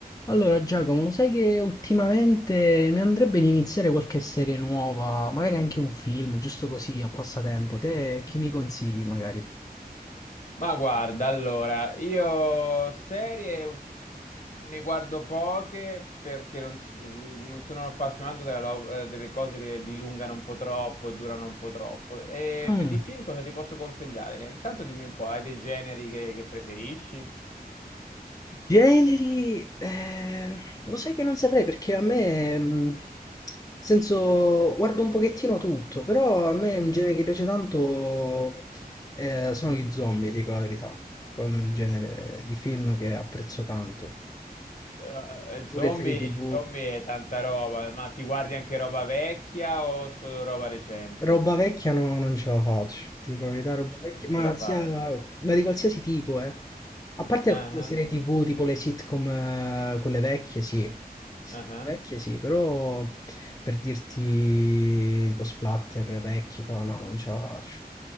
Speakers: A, on the left; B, on the left.
A: Allora, Giacomo, lo sai che ultimamente mi andrebbe di iniziare qualche serie nuova, magari anche un film, giusto così, a passatempo. Te che mi consigli, magari?
B: Ma guarda, allora, io serie ul- ne guardo poche perché non, s- mh, non sono un appassionato della lo- eh, delle cose che dilungano un po' troppo e durano un po' troppo. E
A: Mm.
B: per di film cosa ti posso consigliare? Eh, Intanto dimmi un po', hai dei generi che, che preferisci?
A: Generi, eh, lo sai che non saprei perché a me, mm, nel senso, guardo un pochettino tutto, però a me un genere che piace tanto eh, sono gli zombie, dico la verità. Quello è un genere di film che apprezzo tanto.
B: Eh, eh, zombie,
A: Pure serie TV.
B: zombie è tanta roba, ma ti guardi anche roba vecchia o solo roba recente?
A: Roba vecchia no, non ce la faccio, ti dico la verità,
B: Non,
A: roba
B: ci-
A: vecchia,
B: non ce
A: ma
B: la fai?
A: sia, ma di qualsiasi tipo, eh. A parte
B: Ah
A: alcune serie TV, tipo le sitcom, eh, quelle vecchie, sì. Sitcom
B: ah, ah ah.
A: vecchie, sì, però per dirti tipo splatter vecchi, no, no, non ce la faccio.